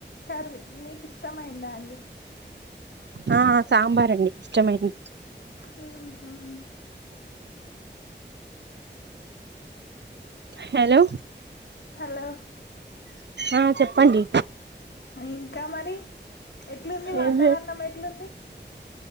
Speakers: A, on the left; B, on the right.
A: కర్రీ మీకు ఇష్టమైందా అండి
B: ఆ సాంబార్ అండి ఇష్టమైంది
A: మ్మ్మ్ మ్మ్మ్
B: హెలో
A: హెలో
B: ఆ చెప్పండి
A: ఇంకా మరి ఎట్లుంది వాతావరణం
B: ఏం
A: ఎట్లుంది